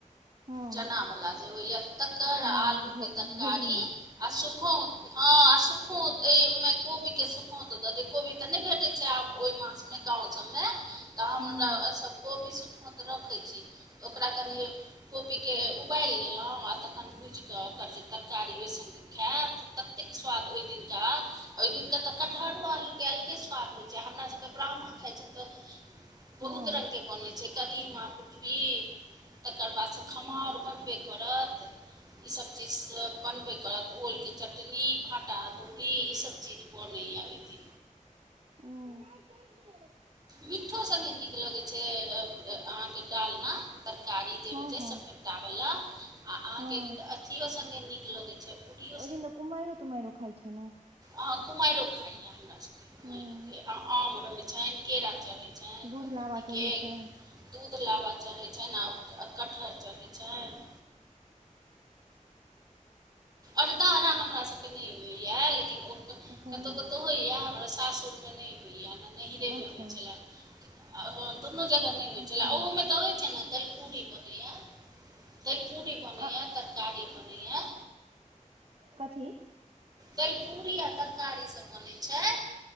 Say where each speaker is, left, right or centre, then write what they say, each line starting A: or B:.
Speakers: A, on the right; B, on the right.
A: हँ
B: चना वला जे होइये तकर
A: हँ
B: आ आलू
A: घो
B: के तरकारी
A: घुघनी
B: आ सुखौंत। हँ आ सुखौंत ई कोबी के सुखौंत द दियौ, कोबी तऽ नै भेटै छै आब ओइ मास मे गाँव सब मे, तऽ
A: हूँ
B: हमरा सब कोबी सुखौंत रखै छी ओकरा कनि कोबी के उबालि लेलहु आ तखन भुजि कऽ ओकर जे तरकारी ओइ संगे हेएत ततेक स्वाद ओइ दिनका। ओइ दिनका त कटहरो आलू के अलगे स्वाद होइ छै हमरा सभ के ब्राह्मण खाइ छै तऽ बहुत
A: हँ
B: रंग के बनै छै कदीमा कुटबी तकर बाद सँ खमहाउर बनबे करत। ई सब चीज सब बनबे करत ओल के चटनी, भाटा-अदौरी इ सब चीज बनैये ओइ दिन।
A: अ लाइट जलि गेल।
B: पीट्ठो संगे नीक लगै छैइ अहाँके डालना। तरकारी जे
A: हँ
B: होय छै
A: हँ
B: सपेटा बला आ अहाँके
A: हँ
B: अथियो संगे नीक लगै छै। पूड़ियो
A: त ओहि दिन त कुमाइरो तुमाइरो खाइ छै ने।
B: अह कुमाइरो खाइया हमरा सभके
A: हूँ
B: आम रहै छ केरा चढ़ै, छनि
A: दूध
B: भगवतीके
A: लाबा चढ़ैत छैन।
B: दूध लाबा चढ़ै छैन आ ओ कटहर चढ़ै छैन। अरदा अ हमरासभबकेँ नय होइए लेकिन ओ,
A: अच्छा
B: कत
A: नै
B: कतहु होइए हमरा सासुरमे नय होइए नहि नहिरमे
A: अच्छा
B: होइत छला। आ हँ दुनू जगह नय होइ
A: अच्छा
B: छला ओहो मे त होइत छै ने दैलपुरी, बनैया दैलपुरी बनैया
A: अ
B: तरकारी बनैया।
A: कथी।
B: दैलपुरी आ तरकारी सब बनैत छैय।